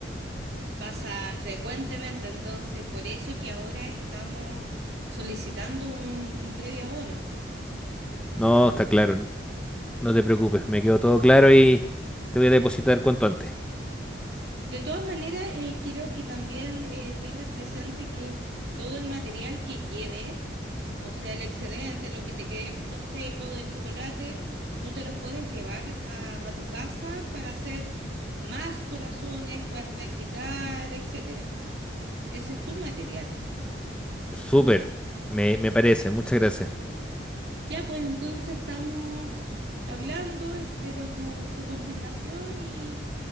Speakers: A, on the right; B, in the centre.
A: Pasa frecuentemente, entonces por eso que ahora estamos solicitando un, un previo abono.
B: No, está claro, no te preocupes, me quedó todo claro y te voy a depositar cuanto antes.
A: De todas maneras, eh, quiero que también eh, tengas presente que todo el material que quede, o sea, el excedente, lo que te quede de frutos secos, de chocolate, tú te los puedes llevar a, a tu casa para hacer más corazones, puedas practicar, etcétera. Ese es tu material.
B: Súper, me, me parece, muchas gracias.
A: Ya, pues entonces estamos hablando, espero tu, tu confirmación y,